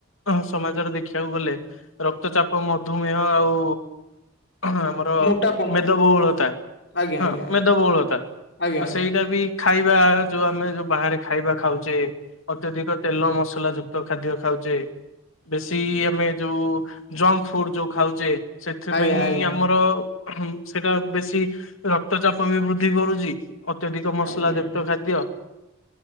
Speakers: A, on the left; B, on the left.
A: ଅହ ସମାଜରେ ଦେଖିବାକୁ ଗଲେ ରକ୍ତ ଚାପ, ମଧୁମେହ ଆଉ ଅ ହ ଆମର
B: ମୋଟାପଣ
A: ମେଦବହୁଳତା
B: ଆଜ୍ଞା
A: ହଁ
B: ଆଜ୍ଞା ଆଜ୍ଞା
A: ମେଦବହୁଳତା।
B: ଆଜ୍ଞା
A: ତ
B: ଆଜ୍ଞା
A: ସେଇଟା ବି ଖାଇବା, ଯୋଉ ଆମେ ଯୋଉ ବାହାରେ ଖାଇବା ଖାଉଚେ। ଅତ୍ୟଧିକ ତେଲ ମସଲା ଯୁକ୍ତ ଖାଦ୍ୟ ଖାଉଚେ। ବେଶୀ ଆମେ ଯୋଉ-ଉ, ଜଙ୍କ ଫୁଡ୍ ଯୋଉ ଖାଉଚେ ସେଥିପାଇଁ,
B: ଆଜ୍ଞା ଆଜ୍ଞା
A: ଆମର ସେଇଟା ବେଶୀ ର ରକ୍ତ ଚାପ ବି ବୃଦ୍ଧି କରୁଛି, ଅତ୍ୟଧିକ ମସଲା
B: ଆଜ୍ଞା।
A: ଯୁକ୍ତ ଖାଦ୍ୟ।